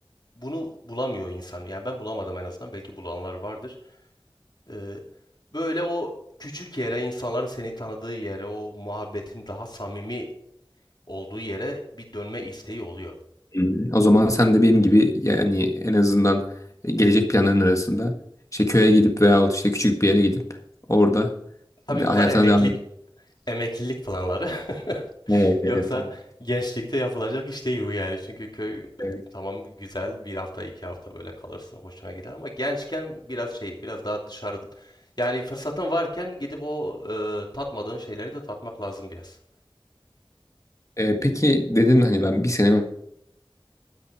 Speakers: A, on the left; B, on the left.
A: bunu bulamıyor insan. Yani ben bulamadım en azından. Belki bulanlar vardır. Ee, böyle o küçük yere, insanların seni tanıdığı yere, o muhabbetin daha samimi olduğu yere bir dönme isteği oluyor.
B: Hı. O zaman sen de benim gibi yani en azından e, gelecek planların arasında işte köye gidip veyahut işte küçük bir yere gidip orada
A: Tabii
B: hayatına
A: bunlar emeklilik
B: devam et.
A: Emeklilik planları. <laughs>
B: Evet, evet,
A: Yoksa
B: doğru.
A: gençlikte yapılacak iş değil bu yani. Çünkü köy e,
B: Evet.
A: tamam güzel bir hafta iki hafta böyle kalırsın hoşuna gider ama gençken biraz şey biraz daha dışarı yani fırsatın varken gidip o e, tatmadığın şeyleri de tatmak lazım biraz.
B: Ee, peki dedin hani ben bir senemi